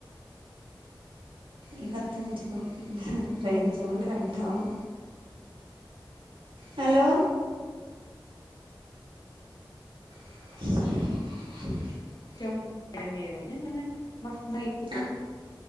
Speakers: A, on the right; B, on the left.
A: ഈ പത്ത് മിനിറ്റിപ്പം റേഞ്ച് കൊണ്ട് കട്ടാവും. ഹലോ <inaudible>
B: റ്റം <unintelligible> ഞാന് ഭക്ഷണം കഴിക്കും
A: ആ